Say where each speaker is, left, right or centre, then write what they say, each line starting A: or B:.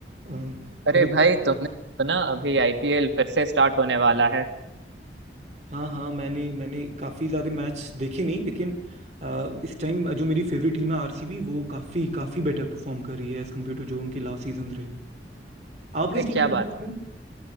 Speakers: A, on the right; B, on the right.
A: अ,
B: अरे
A: hello
B: भाई तुमने सुना अभी आईपीएल फिर से स्टार्ट होने वाला है
A: हाँ हाँ मैंने मैंने काफ़ी ज़्यादा मैच देखे नहीं लेकिन अ, इस टाइम जो मेरी फेवरेट टीम है आरसीबी वो काफ़ी काफ़ी बेटर परफॉर्म कर रही है एज़ कम्पेयर टू जो उनके लास्ट सीजन रहे आप
B: अरे
A: किस
B: क्या
A: टीम को सपोर्ट?
B: बात